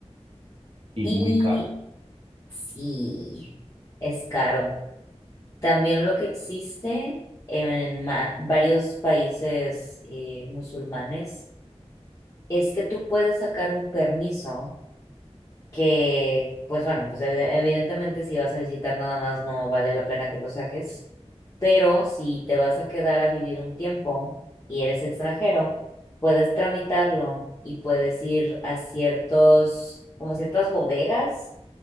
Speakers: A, on the right; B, on the left.
A: Y
B: Y
A: muy caro.
B: sí, es caro. También lo que existe en ma- varios países eh, musulmanes es que tú puedes sacar un permiso que, pues bueno, pues evide- evidentemente si vas a visitar nada más no vale la pena que lo saques, pero si te vas a quedar a vivir un tiempo y eres extranjero, puedes tramitarlo y puedes ir a ciertos, como ciertas bodegas